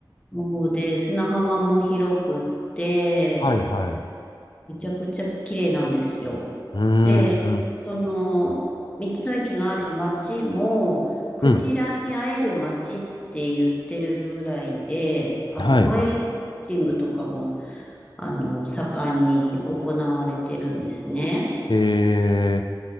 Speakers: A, on the left; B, on the left.
A: もうで、砂浜も広くって、
B: はいはい。
A: めちゃくちゃ綺麗なんですよ。
B: うー
A: で、
B: ん。
A: その、道の駅がある町も、クジラに会える町って言ってるぐらいで、
B: うん。
A: あの、
B: はいは
A: ホエールウォッチングとかも、あの、盛んに行われてるんですね。
B: い。えー、